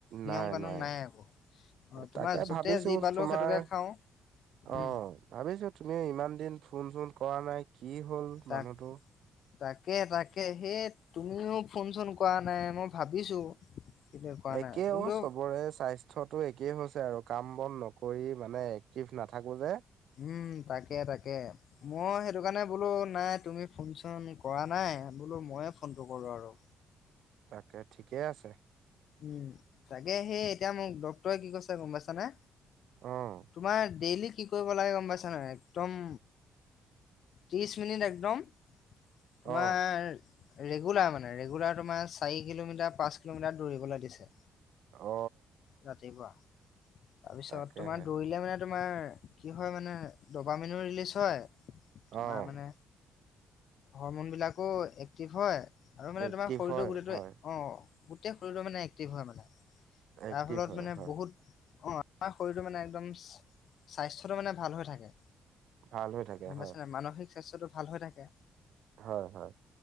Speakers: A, on the right (about 75°); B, on the left (about 65°).
A: নাই
B: নিয়ম কানুন
A: নাই
B: একো অ তোমাৰ
A: তাকে
B: য'তে
A: ভাবিছো
B: যি পালো
A: তোমাৰ।
B: সেইটোকে খাওঁ উম।
A: অ' ভাবিছো তুমিও ইমান দিন ফোন চোন কৰা নাই কি হ'ল
B: তাক
A: মানুহটো।
B: তাকে তাকে সেই তুমিও ফোন চোন কৰা নাই মই ভাবিছো। কিন্তু কৰা
A: একে
B: নাই কিন্তু
A: অ' চবৰে চাই। স্বাস্থ্যটো একেই হৈছে আৰু কাম বন নকৰি মানে এক্টিভ নাথাকো যে।
B: উম, তাকে তাকে মই সেইটো কাৰণে বোলো নাই তুমি ফোন চোন কৰা নাই বোলো মইয়ে ফোনটো কৰো আৰু
A: তাকে ঠিকেই আছে।
B: উম, তাকে সেই এতিয়া মোক ডক্তৰে কি কৈছে গ'ম পাইছানে।
A: অ
B: তোমাৰ ডেইলি কি কৰিব লাগে গ'ম পাইছা নাই একদম ত্ৰিশ মিনিট একদম
A: অ',
B: তোমাৰ ৰেগুলাৰ মানে ৰেগুলাৰ তোমাৰ চাৰি কিলোমিটাৰ পাঁচ কিলোমিটাৰ দৌৰিবলৈ দিছে
A: অ
B: ৰাতিপুৱা তাৰপিছত
A: তাকেহে
B: তোমাৰ দৌৰিলে মানে তোমাৰ কি হয় মানে দপামেনো ৰিলিজ হয় তোমাৰ
A: অ',
B: মানে হৰমনবিলাকো এক্টিভ হয় আৰু মানে
A: এক্টিভ
B: তোমাৰ শৰীৰটো
A: হয়,
B: গোটেইটো
A: হয়।
B: অ <unintelligible> শৰীৰৰ মানে এক্টিভ হয় মানে
A: এক্টিভ
B: তাৰ ফলত
A: হয়,
B: মানে
A: হয়,
B: বহুত অ আমাৰ শৰীৰটো মানে একদম স্বাস্থ্যটো মানে ভাল হৈ থাকে
A: ভাল হৈ থাকে
B: গম পাইছ
A: হয়,
B: নাই মানসিক স্বাস্থ্যটো ভাল হৈ থাকে
A: হয় হয়